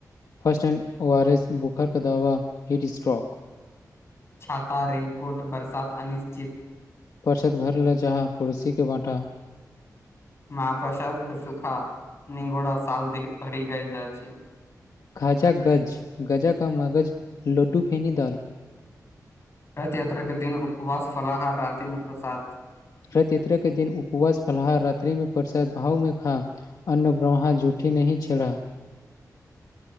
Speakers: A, on the left; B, on the left.
A: first and O R S बुखारक दवा हिट स्ट्रॉक
B: छाता रेनकोट बरसात अनिश्चित
A: पर्सद घर लौ जहाँ पड़ोसी के बाँटा
B: महप्रसाद के सुखा न घोड़ा साल भरि गइ जाइ छै
A: खाजा गज़ गजा का मगज़ लुड्डूफेनी दाल
B: रथ यात्रा के दिन उपवास फलाहार रातिमे प्रसाद
A: रथ यात्रा के दिन उपवास फलाहार रातिमे प्रसाद भाव में खा अन्न ब्रह्म जुट पठी नहि छला
B: <inaudible>